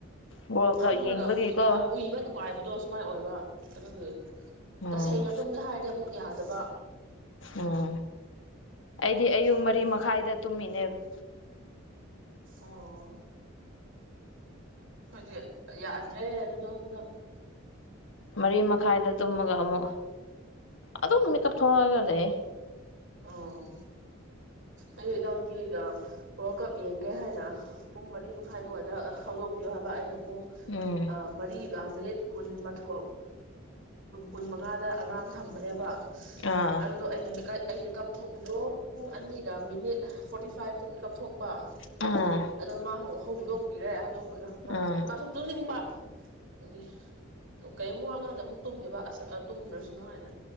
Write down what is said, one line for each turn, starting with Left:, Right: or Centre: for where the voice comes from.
Left: ꯋꯥꯔꯜ ꯀꯞ
Right: ꯐꯝꯃꯒ
Left: ꯌꯦꯡꯕꯒꯤꯀꯣ
Right: ꯎꯏꯕ ꯎꯏꯕ ꯅꯨꯡꯉꯥꯏꯕꯗꯨ ꯁꯨꯃꯥꯏꯅ ꯑꯣꯏꯕ ꯑꯗꯨꯒꯤ
Left: ꯎꯝ
Right: ꯇꯁꯦꯡꯅ ꯇꯨꯝꯒꯦ ꯍꯥꯏꯔꯗꯤ ꯑꯃꯨꯛ ꯌꯥꯗꯕ
Left: ꯎꯝ ꯑꯩꯗꯤ ꯑꯌꯨꯛ
Right: ꯈꯪꯗꯦ
Left: ꯃꯔꯤ ꯃꯈꯥꯏꯗ ꯇꯨꯝꯃꯤꯅꯦꯕ <inaudible>
Right: ꯑꯣ ꯑꯩꯈꯣꯏꯗꯤ ꯌꯥꯗ꯭ꯔꯦ ꯗꯨꯗꯣ ꯍꯟꯗꯛ
Left: ꯃꯔꯤ ꯃꯈꯥꯏꯗ ꯇꯨꯝꯃꯒ ꯑꯃꯨꯛ ꯑꯗꯨꯝ ꯃꯤꯀꯞ ꯊꯣꯛꯂꯛꯑꯒ ꯂꯩ
Right: ꯑꯣ ꯑꯩ ꯏꯅꯥꯎꯕꯤꯒꯤꯗ ꯋꯥꯔꯜ ꯀꯞ ꯌꯦꯡꯒꯦ ꯍꯥꯏꯅ ꯄꯨꯡ ꯃꯔꯤ ꯃꯈꯥꯏꯗꯨꯋꯥꯏꯗ ꯍꯧꯗꯣꯛꯄꯤꯌꯣ ꯍꯥꯏꯕ ꯑꯩꯅ ꯄꯨꯡ
Left: ꯎꯝ
Right: ꯑꯥ ꯃꯔꯤꯒ ꯃꯤꯅꯤꯠ ꯀꯨꯟꯃꯊꯣ ꯀꯨꯟ ꯃꯉꯥꯗ ꯑꯦꯂꯥꯝ ꯊꯝꯕꯅꯦꯕ
Left: ꯑꯥ
Right: ꯑꯗꯨꯗꯣ ꯑꯩ ꯅꯨꯃꯤꯠ ꯑꯩ ꯃꯤꯀꯞ ꯊꯣꯛꯄꯗꯣ ꯄꯨꯡ ꯑꯅꯤꯒ ꯃꯤꯅꯤꯠ ꯐꯣꯔꯇꯤ ꯐꯥꯏꯚꯇ ꯃꯤꯀꯞ ꯊꯣꯛꯄ
Left: ꯑꯥ
Right: ꯑꯗꯣ ꯃꯥ ꯍꯧꯗꯣꯛꯄꯤꯔꯦ ꯍꯧꯗꯣꯛꯄꯤꯔꯣ ꯃꯥꯗꯣ
Left: ꯑꯥ
Right: ꯃꯥꯁꯨ ꯇꯨꯝꯅꯤꯡꯕ ꯑꯗꯨꯒꯤ ꯀꯔꯤꯝꯨꯛ ꯋꯥꯉꯥꯡꯗ ꯑꯃꯨꯛ ꯇꯨꯝꯒꯦꯕ ꯑꯁ ꯑ ꯇꯨꯝꯗ꯭ꯔꯁꯨ ꯅꯨꯡꯉꯥꯏꯅ